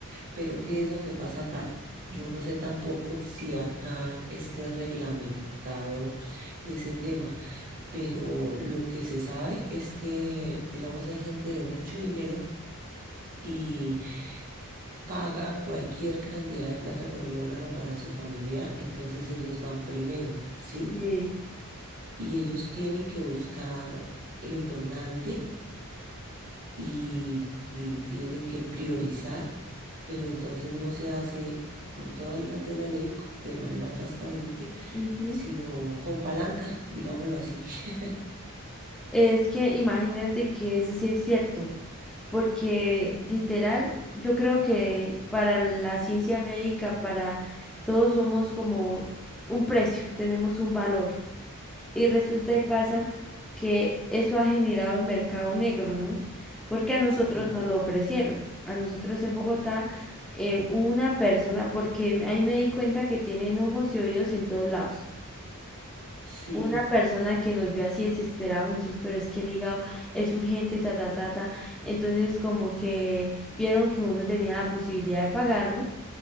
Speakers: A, on the right; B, in the centre.
A: Pero, ¿qué es lo que pasa acá? Yo no sé tampoco si acá esté reglamentado ese tema, pero lo que se sabe es que, digamos, hay gente de mucho dinero. y paga cualquier cantidad de plata por el órgano para su familiar, entonces ellos van primero, ¿sí?
B: sí.
A: Y ellos tienen que buscar el donante y, y tienen que priorizar, pero entonces no se hace con todas las de la ley de manera transparente,
B: Ujú.
A: sino con palanca, digámoslo así. <laughs>
B: Es que imagínate que eso sí es cierto, porque literal, yo creo que para la ciencia médica, para todos somos como un precio, tenemos un valor. Y resulta y pasa que eso ha generado el mercado negro, ¿no? Porque a nosotros
A: Sí,
B: nos lo ofrecieron. A nosotros en Bogotá, eh, una persona, porque ahí me di cuenta que tienen ojos y oídos en todos lados.
A: sí,
B: Una persona que nos vio así desesperados nosotros, pero es que el hígado es urgente, ta, ta, ta, ta. Entonces, como que vieron que uno tenía la posibilidad de pagarlo,